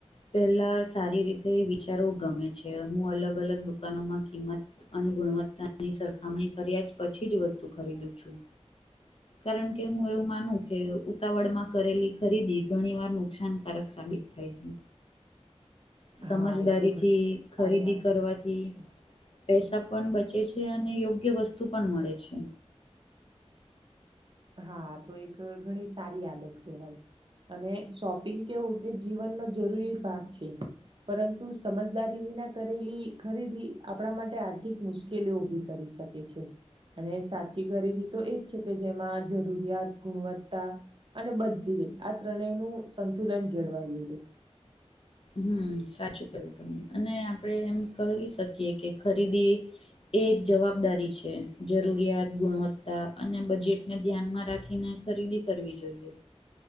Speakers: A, on the left; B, on the right.
A: પેલા સારી રીતે વિચારવું ગમે છે. હું અલગ અલગ દુકાનોમાં કિંમત અને ગુણવત્તાની સરખામણી કર્યા પછી જ વસ્તુ ખરીદું છું. કારણ કે હું એવું માનું કે ઉતાવળમાં કરેલી ખરીદી ઘણી વાર નુકસાનકારક સાબિત થાય છે. સમજદારીથી
B: હા એ તો ઘણી સારી
A: ખરીદી
B: આવે
A: કરવાથી
B: છે
A: પૈસા પણ બચે છે અને યોગ્ય વસ્તુ પણ મળે છે.
B: હા તો એક ઘણી સારી આદત કહેવાય. અને શોપિંગ કેવું કે જીવનનો જરૂરી ભાગ છે. પરંતુ સમજદારી વિના કરેલી ખરીદી આપણા માટે આર્થિક મુશ્કેલી ઓ ઉભી કરે છે. <inaudible> છે અને સાચી ગરીબી તો એજ છે કે જેમાં જરૂરિયાત ગુણવત્તા અને બધુંય આ ત્રણેય નું સંતુલન જળવાયેલું રહે.
A: હમ સાચું કહ્યું તમે, અને આપણે એમ કહી શકીએ કે ખરીદી એ એક જવાબદારી છે જરૂરિયાત ગુણવત્તા અને બજેટને ધ્યાનમાં રાખીને ખરીદી કરવી જોઈએ.